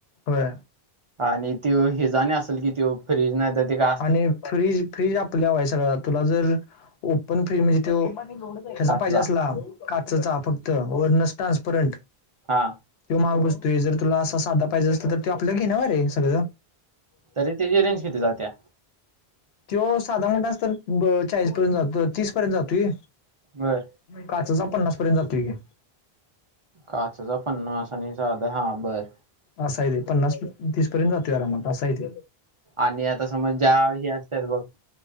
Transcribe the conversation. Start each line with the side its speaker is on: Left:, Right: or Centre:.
Left: होय
Right: आणि त्यो हे जाणे असेल कि त्यो फ्रीज नाही ते का
Left: आणि फ्रीज फ्रीज आपल्या व्हाय सगळं तुला जर ओपन फ्रीज म्हणजे त्यो ह्याचा
Right: काचचा
Left: पाहिजे असला काचेचा फक्त वरन ट्रान्सपरंट
Right: हा.
Left: तो महाग बसतोय जर तुला असा साधा पाहिजे असेल तर ते आपल्याला घेणार वर आहे सगळं
Right: तरी त्याची रेंज किती जात्या?
Left: तो साधा म्हणाला तर चाळीस पर्यंत जातो तीस पर्यंत जातोय
Right: बर
Left: काचेचा पन्नास पर्यंत जातोय की
Right: काचेच पन्नास आणि साधा हा बरं.
Left: अस आहे ते, पन्नास तीस पर्यंत जातोय आरामात असं आहे ते
Right: आणि आता समज ज्या हे असतात बघ